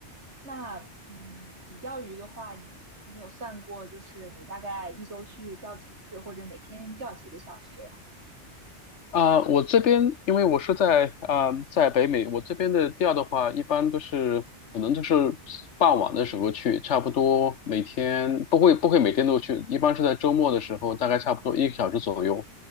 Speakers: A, on the right (about 70°); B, on the left (about 80°).
A: 那嗯，你钓鱼的话，你你有算过，就是你大概一周去钓几次，或者每天钓几个小时呀？
B: 啊、我这边因为我是在啊、在北美，我这边的钓的话，一般都是可能都是傍晚的时候去，差不多每天不会不会每天都去，一般是在周末的时候，大概差不多一个小时左右。